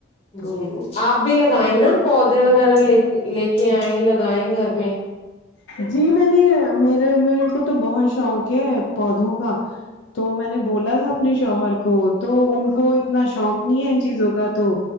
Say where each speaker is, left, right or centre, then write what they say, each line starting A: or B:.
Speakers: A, on the left (about 65°); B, on the left (about 30°).
A: تو
B: جی اپ بھی لگائیں نا پودے وغیرہ لے کے ائی لگائیں گھر میں
A: جی میں نے میرے میرے کو تو بہت شوق ہے پودوں کا تو میں نے بولا تھا اپنے شوہر کو تو ان کو اتنا شوق نہیں ہے ان چیزوں کا تو